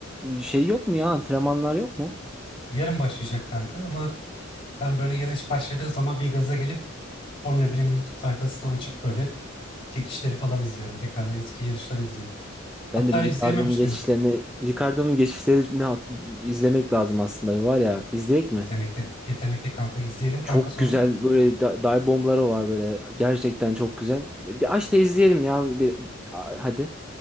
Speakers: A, in the centre; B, on the left.
A: şey yok mu ya antrenmanlar yok mu?
B: Yarın başlayacak kanka ama ben böyle yarış başladığı zaman bir gaza gelip Formula 1'in YouTube sayfasını açıp böyle çekişleri falan izliyorum. Tekrardan eski yarışları izliyorum. Hatta
A: Ben de bir
B: izleyememiştin.
A: Ricardo'nun geçişlerini Ricardo'nun geçişlerini at- izlemek lazım aslında var ya izleyek mi?
B: yetenekte, yetenekte kanka. izleyelim
A: Çok
B: kanka sonra.
A: güzel böyle da- dive bombları var böyle gerçekten çok güzel. Bir aç da izleyelim ya bir, A- hadi.